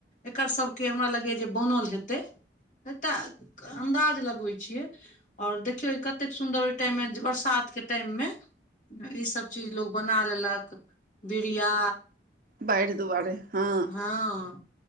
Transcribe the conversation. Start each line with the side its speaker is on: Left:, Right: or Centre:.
Left: एकर सबके हमरा लगैय जे बनल हेतै एकटा अन्दाज लगबै छियै और देखियौ कतेक सुन्दर टाइम मे बरसात के टाइम में ईसभ चीज लोग बना लेलक बीड़िया
Right: बाइर दुआरे हँ
Left: हँ